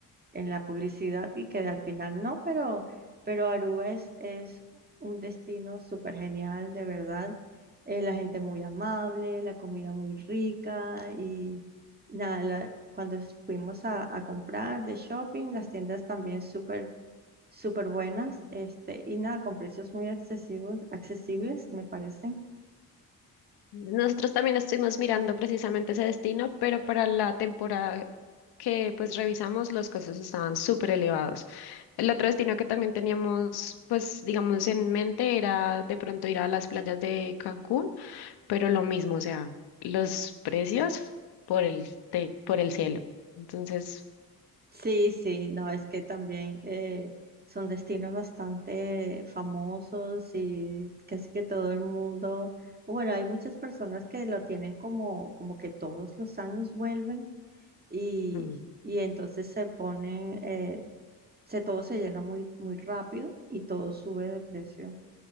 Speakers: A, on the right; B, on the left.
A: en la publicidad y que al final no, pero, pero Aruba es, es un destino súper genial, de verdad. Eh, la gente muy amable, la comida muy rica y nada, la- cuando es- fuimos a, a comprar de shopping, las tiendas también súper, súper buenas, este, y nada, con precios muy accesibles, accesibles, me parece.
B: Nosotros también estuvimos mirando precisamente ese destino, pero para la temporada que pues revisamos los costos estaban súper elevados. El otro destino que también teníamos pues digamos en mente era de pronto ir a las playas de Cancún, pero lo mismo, o sea, los precios por el, te- por el cielo. Entonces...
A: Sí, sí, no, es que también eh, son destinos bastante famosos y casi que todo el mundo, bueno, hay muchas personas que lo tienen como, como que todos los años vuelven y,
B: mm.
A: y entonces se ponen, eh, se, todo se llena muy, muy rápido y todo sube de precio